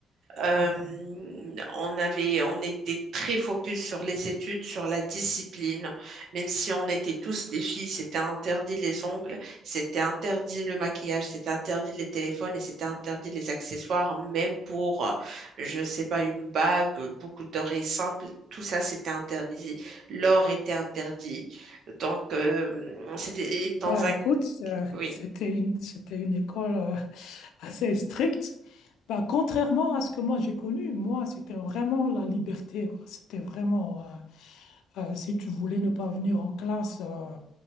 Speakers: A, on the right; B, on the left.
A: Euh,
B: ouais.
A: on avait, on était très focus sur les études, sur la discipline. Même si on était tous des filles, c'était interdit les ongles, c'était interdit le maquillage, c'était interdit les téléphones et c'était interdit les accessoires, même pour, euh, je sais pas, une bague, euh, boucle d'oreille simple. Tout ça, c'était interdit. L'or était interdit. Donc, euh, c'était dans
B: Bah,
A: un...
B: écoute, euh,
A: Oui.
B: c'était une, c'était une école euh, assez stricte. Bah, contrairement à ce que moi j'ai connu, moi, c'était vraiment la liberté, quoi. C'était vraiment, euh, euh, si tu voulais ne pas venir en classe, euh,